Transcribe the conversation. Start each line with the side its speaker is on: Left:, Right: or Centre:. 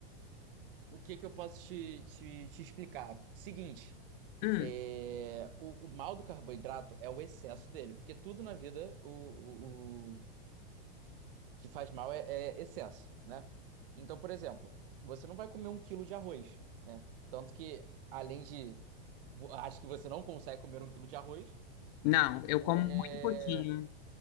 Right: O que que eu posso te, te, te explicar? Seguinte,
Left: Hum,
Right: é, o, o mal do carboidrato é o excesso dele, porque tudo na vida, o, que faz mal é, é excesso, né? Então, por exemplo, você não vai comer um quilo de arroz, né? Tanto que, além de. vo- Acho que você não consegue comer um quilo de arroz.
Left: não, eu como
Right: É...
Left: muito pouquinho.